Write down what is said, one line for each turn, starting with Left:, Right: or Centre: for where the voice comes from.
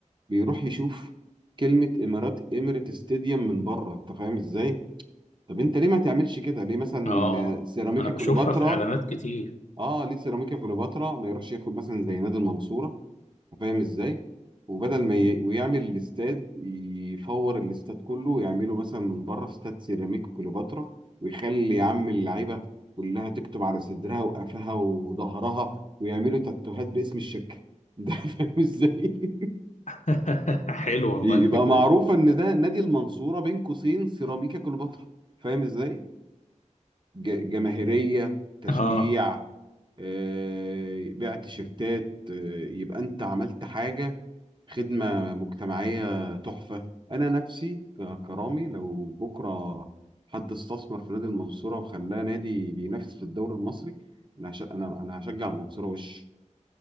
Right: بيروح يشوف كلمة امارات اميريت ستاديوم من بره انت فاهم ازاي طب انت ليه ما تعملش كده ليه مثلا
Left: اه
Right: آه، سيراميكا
Left: أنا بشوفها
Right: كليوباترا
Left: في إعلانات كتير
Right: اه ليه سيراميكا كليوباترا ما يروحش ياخد مثلا زي نادي المنصورة فاهم ازاي وبدل ما ي... ويعمل الاستاد يفور الاستاد كله ويعمله مثلا من بره استاد سيراميك كليوباترا ويخلي يا عم اللعيبه كلها تكتب على صدرها وقفها وظهرها ويعملوا تاتوهات باسم الشركه ده <laughs> فاهم ازاي <laughs>
Left: <laughs> حلو والله
Right: يبقى
Left: الفكرة
Right: معروف
Left: دي
Right: ان ده نادي المنصوره بين قوسين سيراميكا كليوباترا فاهم ازاي ج- جماهيرية تشجيع
Left: اه
Right: آه، بيع تيشيرتات آه، يبقى انت عملت حاجة خدمة مجتمعية تحفة انا نفسي ك- كرامي لو بكرة حد استثمر في نادي المنصورة وخلاه نادي بينافس في الدوري المصري انا هش... انا انا هشجع المنصورة وش